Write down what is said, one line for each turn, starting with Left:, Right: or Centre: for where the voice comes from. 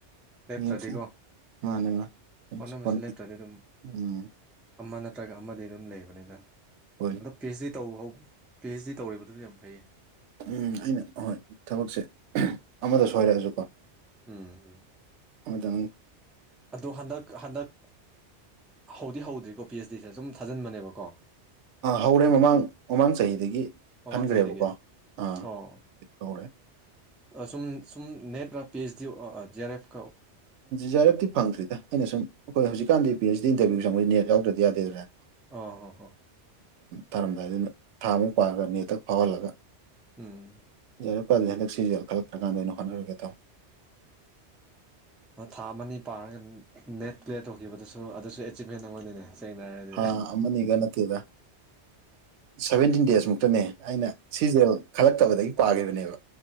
Centre: ꯂꯦꯞꯇ꯭ꯔꯗꯤꯀꯣ
Right: ꯌꯦꯡꯁꯤ ꯃꯥꯅꯦ ꯃꯥꯅꯦ
Centre: ꯍꯣꯠꯅꯕꯁꯤ ꯂꯦꯞꯇ꯭ꯔꯗꯤ ꯑꯗꯨꯝ
Right: ꯎꯝ
Centre: ꯑꯃ ꯅꯠꯇ꯭ꯔꯒ ꯑꯃꯗꯤ ꯑꯗꯨꯝ ꯂꯩꯕꯅꯤꯅ
Right: ꯍꯣꯏ
Centre: ꯑꯗꯣ ꯄꯤꯁ ꯗꯤ ꯇꯧ ꯄꯤ ꯑꯩꯩꯆ ꯗꯤ ꯇꯧꯔꯤꯕꯗꯨꯁꯨ ꯌꯥꯝ ꯐꯩ
Right: ꯎꯝ ꯑꯩꯅ ꯑꯍꯣꯏ ꯊꯕꯛꯁꯦ ꯑꯃꯗ ꯁꯣꯏꯔꯛꯑꯁꯨꯀꯣ
Centre: ꯎꯝ ꯎꯝ
Right: ꯃꯗ
Centre: ꯑꯗꯣ ꯍꯟꯗꯛ ꯍꯟꯗꯛ ꯍꯧꯗꯤ ꯍꯧꯗ꯭ꯔꯤꯕꯥꯀꯣ ꯄꯤ ꯑꯩꯆ ꯗꯤꯁꯦ ꯁꯨꯝ ꯊꯥꯖꯤꯟꯕꯅꯦꯕꯀꯣ
Right: ꯍꯧꯔꯦ ꯃꯃꯥꯡ ꯃꯃꯥꯡ ꯆꯍꯤꯗꯒꯤ
Centre: ꯃꯃꯥꯡ
Right: ꯈꯟꯈ꯭ꯔꯦꯕꯀꯣ
Centre: ꯆꯍꯤꯍꯤꯗꯒꯤ
Right: ꯑꯥ
Centre: ꯑꯣ
Right: ꯍꯧꯔꯦ
Centre: ꯁꯨꯝ ꯁꯨꯝ ꯅꯦꯠ ꯔ P H D J R F
Right: ꯖꯔꯞꯇꯤ ꯐꯪꯗ꯭ꯗ ꯑꯩꯅ ꯁꯨꯝ ꯑꯩꯈꯣꯏ ꯍꯧꯖꯤꯛꯥꯟꯗꯤ ꯄꯤ ꯑꯩꯆ ꯏꯟꯇꯔꯚꯤꯌꯨ ꯆꯪꯕꯩ ꯅꯦ ꯌꯥꯎꯗ꯭ꯔꯗꯤꯗꯦꯗ꯭ꯔꯥ
Centre: ꯑꯥ ꯍ ꯍ
Right: ꯊꯥꯔꯝꯗꯥꯏꯗꯨꯅ ꯊꯥꯃꯨꯛ ꯄꯥꯔꯂꯒ ꯅꯦꯠꯇ ꯐꯥꯎꯍꯜꯂꯒ
Centre: ꯎꯝ
Right: ꯆꯔꯛꯄꯗꯤ ꯍꯟꯗꯛ ꯁꯤꯁꯦꯜꯜꯂꯛꯇ꯭ꯔꯀꯥꯟꯗ ꯑꯣꯏꯅ ꯍꯣꯠꯅꯔꯒꯦ ꯇꯧ
Centre: ꯎ ꯊꯥ ꯑꯃꯅꯤ ꯄꯥꯔꯒ ꯅꯦꯠ ꯀ꯭ꯂꯤꯌꯥꯂꯤꯌꯥꯔ ꯇꯧꯈꯤꯕꯗꯨꯁꯨ ꯑꯗꯨꯁꯨ ꯑꯦ ꯑꯦꯆꯤꯞꯃꯦꯟ ꯑꯃꯅꯤꯅꯦ ꯁꯦꯡꯅꯔꯗꯤ
Right: ꯊꯥ ꯑꯃꯅꯤꯒ ꯅꯠꯇꯦꯗ ꯁꯚꯦꯟꯇꯤꯟ ꯗꯦꯖꯃꯨꯛꯇꯅꯦ ꯑꯩꯅ ꯁꯤꯖꯦꯜ ꯈꯜꯂꯛꯇꯕꯗꯒꯤ ꯄꯥꯈꯤꯕꯅꯦꯕ